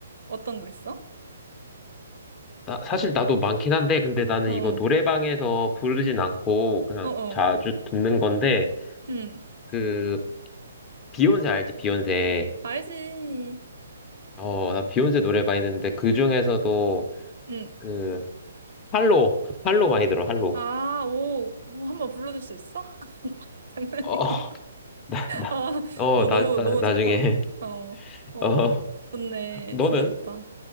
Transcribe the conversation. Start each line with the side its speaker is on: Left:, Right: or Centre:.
Right: 어떤 거 있어?
Left: 나, 사실 나도 많긴 한데, 근데 나는
Right: 어어,
Left: 이거 노래방에서 부르진 않고, 그냥
Right: 어어,
Left: 자주 듣는 건데,
Right: 응,
Left: 그, 비욘세 알지? 비욘세.
Right: 알지.
Left: 어, 나 비욘세 노래 많이 듣는데, 그 중에서도,
Right: 응.
Left: 그, 할로, 할로 많이 들어, 할로.
Right: 아, 오, 뭐 한번 불러줄 수 있어? <laughs> 장난이고.
Left: 어, <laughs> 나, 나,
Right: 아,
Left: 어,
Right: 어,
Left: 나,
Right: 너무,
Left: 나,
Right: 너무
Left: 나중에.
Right: 좋다. 어,
Left: <laughs>
Right: 어,
Left: 어,
Right: 좋네.
Left: 너는?
Right: 진짜 좋다.